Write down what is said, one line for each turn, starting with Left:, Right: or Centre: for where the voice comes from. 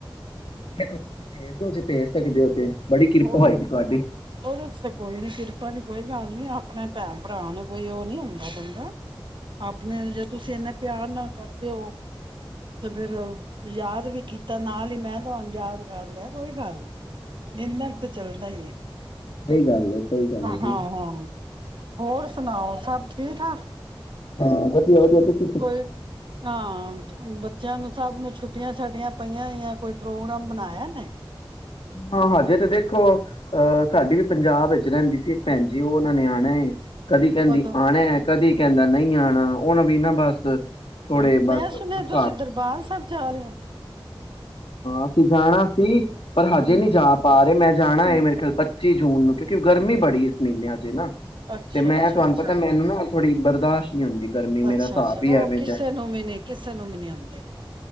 Left: ਭੇਜ ਦਿਉ, ਜੇ ਭੇਜ ਸਕਦੇ ਹੋ ਤੇ ਬੜੀ ਕਿਰਪਾ
Right: ਉਹ
Left: ਹੋਏਗੀ ਤੁਹਾਡੀ
Right: ਉਹਦੇ ਚ ਤੇ ਕੋਈ ਨੀ ਕਿਰਪਾ ਦੀ ਕੋਈ ਗੱਲ ਨੀ ਆਪ ਆਪਣੇ ਭੈਣ, ਭਰਾ ਨੂੰ ਕੋਈ ਉਹ ਨੀ ਹੁੰਦਾ ਬੰਦਾ ਆਪਣੇ, ਜੇ ਤੁਸੀਂ ਇਹਨਾ ਪਿਆਰ ਨਾਲ ਕਦੇ ਉਹ, ਤੇ ਫੇਿਰ ਯਾਦ ਵੀ ਕੀਤਾ ਨਾਲ ਹੀ, ਮੈਂ ਤੁਹਾਨੂੰ ਯਾਦ ਕਰ ਲਿਆ ਕੋਈ ਗੱਲ ਨ ਇਨਾ
Left: ਹਾਂ
Right: ਕੁ ਤਾਂ ਚੱਲਦਾ ਈ ਐ।
Left: ਸਹੀ ਗੱਲ ਏ, ਸਹੀ ਗੱਲ
Right: ਹਾਂ,
Left: ਏ ਜੀ।
Right: ਹਾਂ। ਹੋਰ ਸੁਣਾਓ, ਸਭ ਠੀਕ, ਠਾਕ
Left: ਹਾਂ <unintelligible>
Right: ਕੋਈ ਹਾਂ, ਬੱਚਿਆਂ ਨੂੰ ਸਭ ਛੁੱਟੀਆਂ ਸਾਡੀਆਂ ਪਈਆਂ ਹੋਈਆਂ, ਕੋਈ ਪ੍ਰੋਗਰਾਮ ਬਣਾਇਆ ਨੇ
Left: ਹਾਂ, ਹਜੇ ਤੇ ਦੇਖੋ, ਅਹ ਸਾਡੀ ਵੀ ਪੰਜਾਬ ਵਿੱਚ ਰਹਿੰਦੀ ਸੀ ਇੱਕ ਭੈਣਜੀ ਉਹ ਉਹਨਾਂ ਨੇ ਆਣਾ ਏ ਕਦੀ ਕਹਿੰਦੀ
Right: ਕਦੋਂ
Left: ਆਉਣਾ, ਕਦੀ ਕਹਿੰਦਾ ਨਹੀਂ ਆਉਣਾ ਉਨੂੰ ਵੀ ਨਾ ਬਸ ਥੋੜੇ
Right: ਹਾਂ ਮੈਂ
Left: ਬਸ ਹਿਸਾਬ,
Right: ਸੁਣਿਆ ਤੁਸੀਂ ਦਰਬਾਰ ਸਾਹਿਬ ਜਾ ਰਹੇ ਹੋ
Left: ਅਸੀਂ ਜਾਣਾ ਸੀ ਪਰ ਹਜੇ
Right: ਹਮ
Left: ਨਹੀਂੀ ਜਾ ਪਾ ਅਰੇ, ਮੈਂ ਜਾਣਾ ਹੈ ਮੇਰੇ ਖਿਆਲ ਪੱਚੀ ਜੂਨ ਨੂੰ, ਕਿਉਂਕਿ ਗਰਮੀ ਬੜੀ ਇਸ ਮਹੀਨੇ ਹਜੇ ਨਾ
Right: ਅੱਛਾ
Left: ਤੇ ਮੈਂ
Right: ਅੱਛਾ
Left: ਤੁਹਾਨੂੰ
Right: ਅੱਛਾ
Left: ਪਤਾ, ਮੈਨੂੰ ਨਾ ਥੋੜੀ ਬਰਦਾਸ਼ਤ ਹੁੰਦੀ ਗਰਮੀ
Right: ਅੱਛਾ
Left: ਮੇਰਾ ਹਿਸਾਬ
Right: ਅੱਛਾ
Left: ਵੀ
Right: ਉਹ
Left: ਐਵੇ
Right: ਕਿਸੇ
Left: ਦਾ,
Right: ਨੂੰ ਵੀ ਨਹੀਂ ਕਿਸੇ ਨੂੰ ਵੀ ਨਹੀਂ ਆਉਂਦੇ